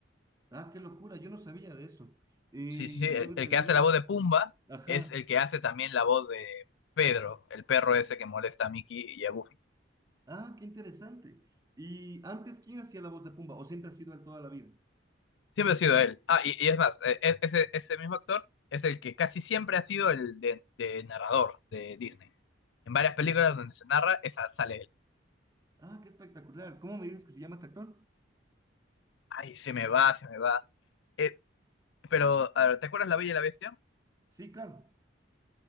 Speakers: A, on the right (about 20°); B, on the left (about 65°).
A: Ah, qué locura, yo no sabía de eso. Eh,
B: Sí, sí, sí, el,
A: qué brutalidad.
B: el que hace la voz de Pumba
A: Ajá.
B: es el que hace también la voz de Pedro, el perro ese que molesta a Mickey y a Goofy.
A: Ah, qué interesante. Y antes, ¿quién hacía la voz de Pumba? ¿O siempre ha sido él toda la vida?
B: Siempre ha sido él. Ah, y, y es más, e- e- ese, ese mismo actor es el que casi siempre ha sido el de, de narrador de Disney. En varias películas donde se narra, esa sale él.
A: Ah, qué espectacular. ¿Cómo me dices que se llama este actor?
B: Ay, se me va, se me va. Eh, pero, a ver, ¿te acuerdas La Bella y la Bestia?
A: Sí, claro.